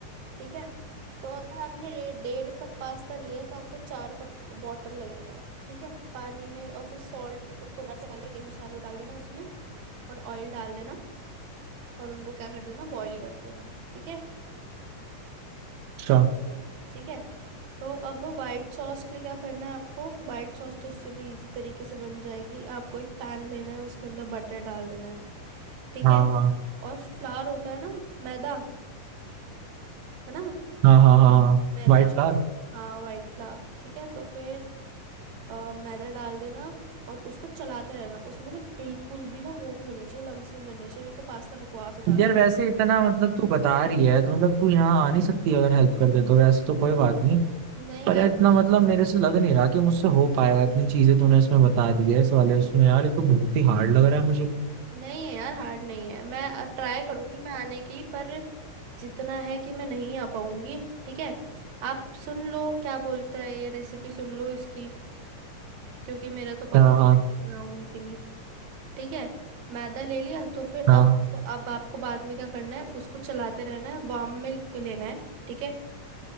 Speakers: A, on the right; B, on the right.
A: ठीक है तो अगर आपने डे- डेढ़ कप पास्ता लिया है, तो आपको चार कप वाटर लगेगा ठीक है पानी में और फिर सॉल्ट थोड़ा सा डाल के टेस्ट अनुसार वो डाल देना उसमें और ऑयल डाल देना और उनको क्या कर देना बॉईल कर देना ठीक है
B: अच्छा
A: समझो ठीक है तो अब व्हाइट सॉस के लिए क्या करना है आपको व्हाइट सॉस तो उससे भी इजी तरीके से बन जाएगी आपको एक पैन लेना है उसके अंदर बटर डाल देना है ठीक
B: हाँ
A: है और फ्लार होता है ना मैदा है ना
B: हाँ हाँ हाँ हाँ
A: मैदा
B: White flower
A: हाँ वाइट फ्लावर ठीक है तो फिर अ, मैदा डाल देना और उसको चलाते रहना उसमें ना बिल्कुल भी ना वो नहीं होने चाहिए लम्स नहीं बनने चाहिए नहीं तो पास्ता बकवास हो जाता
B: यार
A: है
B: वैसे इतना मतलब तू बता रही है तो मतलब तू यहाँ आ नहीं सकती अगर हेल्प कर दे तो वैसे तो कोई बात नहीं
A: नहीं
B: पर
A: यार
B: यार इतना
A: मैं नहीं
B: मतलब
A: डाल सकती
B: मेरे से लग नहीं रहा कि मुझसे हो पाएगा इतनी चीजें तूने इसमें बता दी है इस वाले उसमें यार ये तो बहुत ही हार्ड लग रहा है मुझे
A: नहीं है यार हार्ड नहीं है मैं ट्राई करूंगी मैं आने की पर जितना है कि मैं नहीं आ पाऊंगी ठीक है आप सुन लो क्या बोलता है ये रेसिपी सुन लो इसकी क्योंकि मेरा तो पक्का
B: हाँ हाँ
A: है कि मैं आऊंगी कि नहीं ठीक है मैदा ले लिया तो फिर
B: हाँ
A: अब
B: हाँ
A: अब आपको बाद में क्या करना है उसको चलाते रहना है वार्म मिल्क लेना है ठीक है